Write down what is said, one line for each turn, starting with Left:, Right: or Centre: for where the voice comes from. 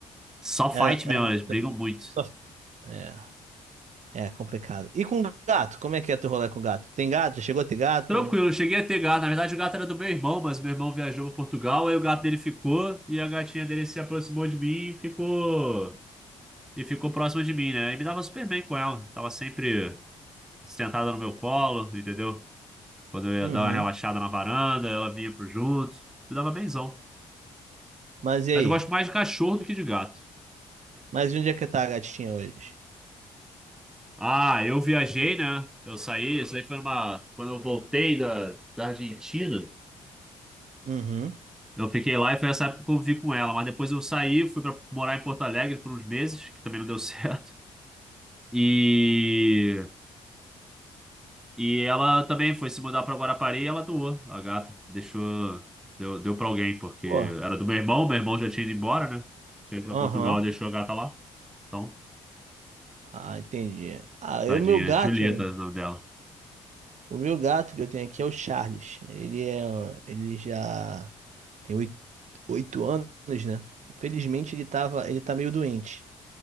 Centre: Só
Right: Era,
Centre: fight
Right: era
Centre: mesmo,
Right: muito-
Centre: elas brigam muito.
Right: só- É, é complicado. E com gato? Como é que é teu rolê com gato? Tem gato? Já chegou a ter gato?
Centre: Tranquilo, eu cheguei a ter gato. Na verdade, o gato era do meu irmão, mas meu irmão viajou para Portugal, aí o gato dele ficou e a gatinha dele se aproximou de mim e ficou. E ficou próxima de mim, né? E me dava super bem com ela. Tava sempre sentada no meu colo, entendeu? Quando eu ia
Right: Uhum.
Centre: dar uma relaxada na varanda, ela vinha pro junto. Me dava benzão.
Right: Mas e
Centre: Mas
Right: aí?
Centre: eu gosto mais de cachorro do que de gato.
Right: Mas e onde é que tá a gatinha hoje?
Centre: Ah, eu viajei, né? Eu saí, isso aí foi uma. Quando eu voltei da, da Argentina,
Right: Uhum.
Centre: eu fiquei lá e foi essa época que eu vivi com ela. Mas depois eu saí, fui pra morar em Porto Alegre por uns meses, que também não deu <laughs> certo. E, e ela também foi se mudar pra Guarapari e ela doou a gata. Deixou. Deu, deu pra alguém, porque
Right: Pô,
Centre: era do meu irmão, meu irmão já tinha ido embora, né? Tinha ido pra
Right: aham.
Centre: Portugal e deixou a gata lá. Então,
Right: Ah, entendi. Ah,
Centre: tadinha.
Right: eu, meu gato,
Centre: Julieta é o nome dela.
Right: o meu gato que eu tenho aqui é o Charles. Ele é, ele já tem oito, oito anos, né? Infelizmente ele tava, ele tá meio doente.